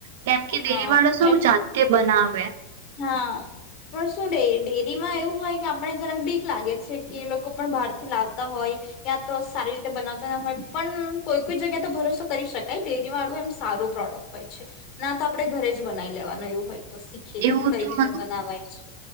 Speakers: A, on the right (about 70°); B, on the left (about 45°).
A: કેમ
B: હા
A: કે દેરી વાળો સુ
B: એ
A: જાતે બનાવે
B: હા પણ શું ડે ડેરીમાં એવું હોય કે આપણે જરાક બીક લાગે છે કે લોકો પણ બહારથી લાવતા હોય યા તો સારી રીતે બનાવતા હોય પણ કોઈ કોઈ જગ્યા તો ભરોસો કરી શકાય ડેરી વાળું એમ સારું પ્રોડક્ટ હોય છે ના તો આપડે ઘરે જ બનાવી લેવાનું એવું હોય તો ખીને
A: એવું
B: કઈ
A: તો
B: રીતે
A: મન
B: બનાવાય છે